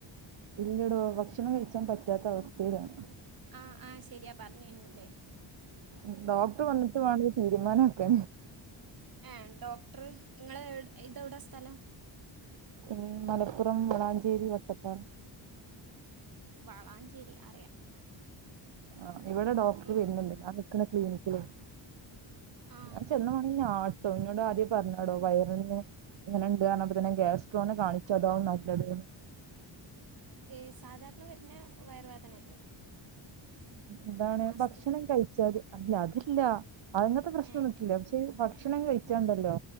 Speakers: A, on the right (about 65°); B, on the right (about 45°).
A: ഇല്ല്യടോ ഭക്ഷണം കഴിച്ചാൻ പറ്റാത്ത അവസ്ഥേലാണ്.
B: ആഹ് ആഹ് ശെരിയാ പറഞ്ഞേനു അല്ലേ?
A: ഉം ഡോക്ടർ വന്നിട്ട് വാണം ഇത് തീരുമാനക്കാന്
B: ഏ ഡോക്ടർ ഇങ്ങളെ ഇതെവിടെ സ്ഥലം?
A: മ് മലപ്പുറം വളാഞ്ചേരി വട്ടപ്പറ.
B: വളാഞ്ചേരി അറിയാം.
A: ആ് ഇവിടെ ഡോക്ടർ
B: ഉം.
A: വരുന്നുണ്ട് ഞാൻ നിക്കണ ക്ലിനിക് ലെനി
B: ആ
A: ഞാന് ചെന്ന മാണെങ്കിൽ ഞ്ഞെ ആട്ടും ഇന്നോട് ആദ്യേ പറഞ്ഞതാടോ വയറിന്ന്. ഇങ്ങനെ ണ്ട് ന്ന് പറഞ്ഞപ്പോ തന്നെ ഗ്യാസ്ട്രോ ആണ് കാണിച്ചോട്ട ന്ന്
B: ഏ സാധാരണ വരുന്ന വയർ വേദന അല്ലേ?
A: എന്താണ്
B: മാസത്തിൽ
A: ഭക്ഷണം കഴിച്ചാല് അല്ല അതില്ല അതങ്ങനത്തെ പ്രശ്‌ണോന്നുല്ല
B: ഏ
A: പക്ഷെ- ഭക്ഷണം കഴിച്ചണ്ടല്ലോ